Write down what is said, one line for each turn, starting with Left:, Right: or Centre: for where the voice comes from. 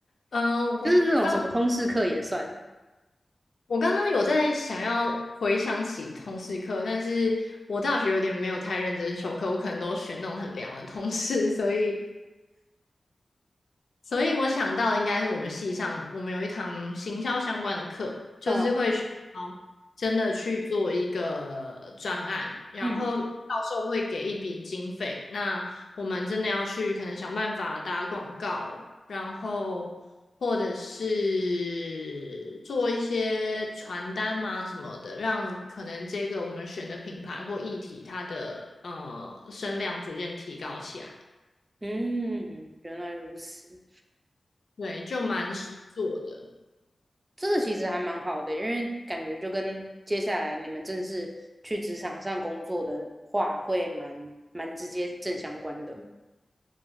Left: 嗯、呃我刚
Right: 就是那种什么通识课也算。
Left: 我刚刚有在想要回想起通识课，但是我大学有点没有太认真修课，我可能都选那种很凉的通识，所以所以我想到的应该是我们系上，我们有一堂行销相关的课，就是会学到真的去做一个专案，
Right: 嗯
Left: 然后教授会给一笔经费，
Right: 嗯。
Left: 那我们真的要去可能想办法打广告，然后或者是做一些传单嘛什么的，让可能这个我们选的品牌或议题它的呃声量逐渐提高起来，
Right: 嗯，原来如此，
Left: 对，就蛮实做的。
Right: 这个其实还蛮好的，因为感觉就跟接下来你们正式去职场上工作的话，会蛮蛮直接正相关的。